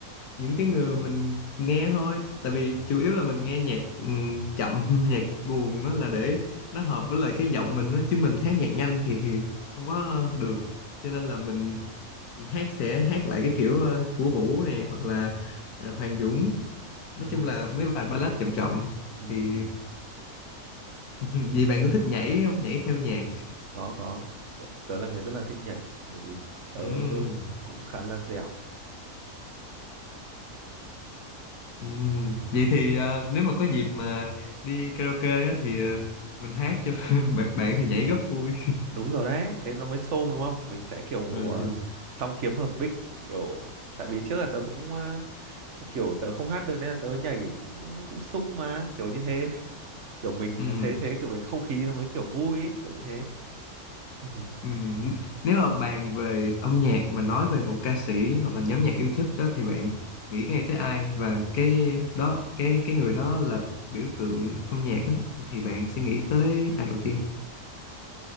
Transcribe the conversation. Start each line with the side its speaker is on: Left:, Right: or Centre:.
Left: những cái người mình nghe thôi tại vì chủ yếu là mình nghe nhạc ừm, chậm <laughs> nhạc buồn đó là để nó hợp với lại cái giọng mình đó chứ mình hát nhạc nhanh thì không có được cho nên là mình hát sẽ hát lại cái kiểu ờ, của Vũ nè hoặc là ờ, Hoàng Dũng
Right: ừ
Left: nói chung là mấy bài ballad chậm chậm
Right: ừ
Left: thì
Right: ừ.
Left: <laughs> vì bạn có thích nhảy không nhảy theo nhạc
Right: có có tớ, tớ là người rất là thích nhảy bởi vì tớ
Left: Ừm.
Right: cũng khá là dẻo
Left: Ừm, Vậy thì ờ, nếu mà có dịp mà đi karaoke á, thì ờ, mình hát cho <laughs> bạn bạn thì nhảy rất vui.
Right: đúng rồi đấy thế nó mới xôm đúng không mình sẽ kiểu
Left: Ừ.
Right: ờ, song kiếm hợp bích kiểu tại vì trước là tớ cũng kiểu tớ không hát được nên là tớ nhảy cũng cũng sung mà kiểu như thế <laughs> kiểu mình
Left: Ừm,
Right: thế thế kiểu cái không khí nó mới kiểu vui ấy, kiểu như thế <laughs>
Left: ừm. Nếu mà bàn về âm nhạc mà nói về một ca sĩ hoặc là nhóm nhạc yêu thích đó thì bạn nghĩ ngay tới ai và cái đó cái cái người đó là biểu tượng âm nhạc á thì bạn sẽ nghĩ tới ai đầu tiên?